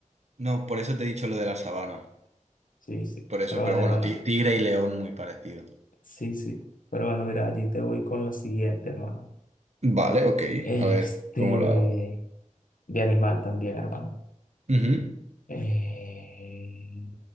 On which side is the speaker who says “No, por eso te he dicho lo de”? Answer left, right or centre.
Right